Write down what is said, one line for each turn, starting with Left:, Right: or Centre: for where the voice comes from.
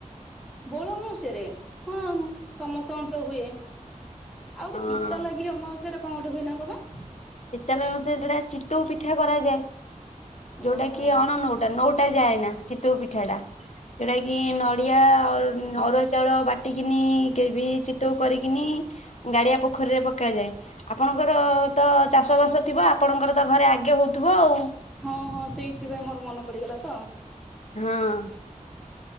Centre: ବଉଳ ଅମାବାସ୍ୟାରେ? ହଁ ସମସ୍ତଙ୍କର ତ ହୁଏ ଆଉ
Left: ହଁ
Centre: ଗୋଟେ ଚିତା ଲାଗି ଅମାବାସ୍ୟାରେ କଣ ଗୋଟେ ହୁଏ ନା କଣ ପା?
Left: ଚିତାଲା ଅମାବାସ୍ୟା ରେ ଯୋଉଟା ଚିତଉ ପିଠା କରାଯାଏ
Centre: ଓହୋ
Left: ଯୋଉଟା କି ଅଣ ନଉଟା ନଉ ଟା ଯାଏ ନା ଚିତଉ ପିଠା ଟା ଯୋଉଟା କି ନଡିଆ ଅ-ଅରୁଆ ଚାଉଳ ବା ଟିକିନି କେହି ବି ଚିତଉ କରି କିିନି ଗାଡିଆ ପୋଖରୀରେ ପକାଯାଏ ଆପଣଙ୍କର ତ ଚାଷ ବାସ ଥିବ ଆପଣଙ୍କର ତ ଘରେ ଆଗେ ହଉଥିବ ଆଉ।
Centre: ହଁ ହଁ ସେଇଥିପାଇଁ ମୋର ମନେ ପଡିଗଲା ତ।
Left: ହଁ।